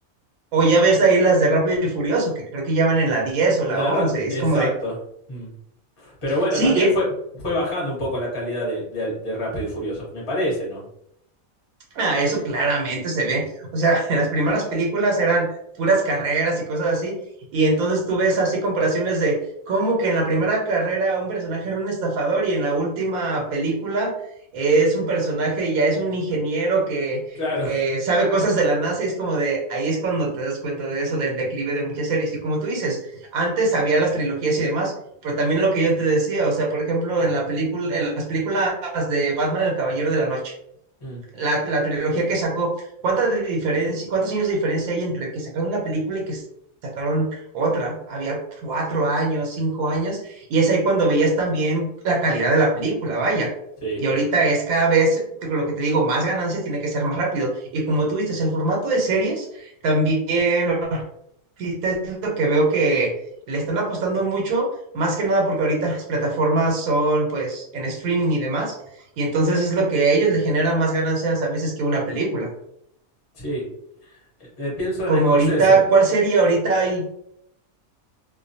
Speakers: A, on the right; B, on the left.
A: O ya ves ahí las de Rápido y Furioso, que creo que ya van en la 10 o la
B: La,
A: 11
B: ra-
A: y es
B: exacto.
A: como de,
B: Mm. Pero bueno,
A: Sí,
B: también
A: y-
B: fue, fue bajando un poco la calidad de, de, de Rápido y Furioso, me parece, ¿no?
A: ah, eso claramente se ve. O sea, <laughs> en las primeras películas eran puras carreras y cosas así, y entonces tú ves así comparaciones de cómo que en la primera carrera un personaje era un estafador y en la última película es un personaje, ya es un ingeniero que
B: Claro.
A: eh, sabe cosas de la NASA y es como de, ahí es cuando te das cuenta de eso, del declive de muchas series. Y como tú dices, antes había las trilogías y demás, pero también lo que yo te decía, o sea, por ejemplo, en la película, en las películas de Batman, El Caballero de la Noche.
B: Mm.
A: La, la trilogía que sacó, ¿cuántas de diferencia, cuántos años de diferencia hay entre que sacaron la película y que sacaron otra? Había cuatro años, cinco años, y es ahí cuando veías también la calidad de la película, vaya.
B: Sí,
A: Y ahorita es cada vez, lo que te digo, más ganancias tiene que ser más rápido. Y como tú dices, el formato de series también Sí, te- es lo que veo que le están apostando mucho, más que nada porque ahorita las plataformas son pues en streaming y demás, y entonces es lo que a ellos le generan más ganancias a veces que una película.
B: sí. Eh, eh, pienso
A: Como
B: en Scorsese.
A: ahorita, ¿cuál sería ahorita ahí?